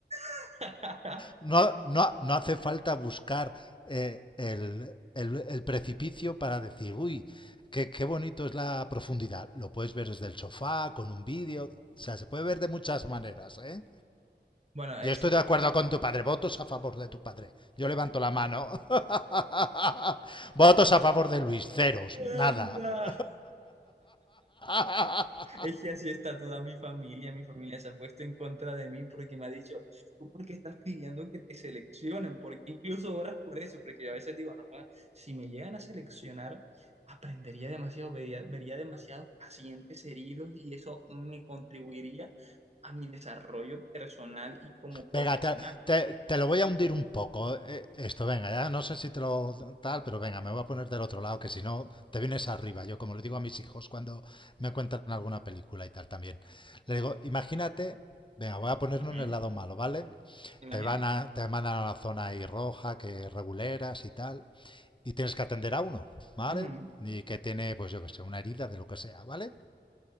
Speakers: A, on the right; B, on the left.
A: <laughs>
B: No, no, no hace falta buscar eh, el, el, el, precipicio para decir, uy, qué, qué bonito es la profundidad. Lo puedes ver desde el sofá, con un vídeo, o sea, se puede ver de muchas maneras, ¿eh?
A: Bueno,
B: Yo
A: eso
B: estoy de acuerdo con tu padre. Votos a favor de tu padre. Yo levanto la mano. <laughs> Votos a favor de Luis. Ceros.
A: es...
B: Nada. <laughs>
A: Es que así está toda mi familia, mi familia se ha puesto en contra de mí porque me ha dicho, ¿tú por qué estás pidiendo que te seleccionen? Porque incluso oras por eso, porque yo a veces digo, no, joda, si me llegan a seleccionar, aprendería demasiado, vería, vería demasiados pacientes heridos y eso me contribuiría a mi desarrollo personal y como profesional.
B: Venga, te, te- te lo voy a hundir un poco. eh, Esto, venga, ya no sé si te lo tal, pero venga, me voy a poner del otro lado, que si no, te vienes arriba. Yo, como le digo a mis hijos cuando me cuentan alguna película y tal también, le digo, imagínate, venga, voy a ponernos
A: Ujú,
B: en el lado malo, ¿vale?
A: Imagínate.
B: Te van a, te mandan a la zona ahí roja, que reguleras y tal, y tienes que atender a uno, ¿vale?
A: Ujú,
B: Y que tiene, pues yo que sé, una herida de lo que sea, ¿vale?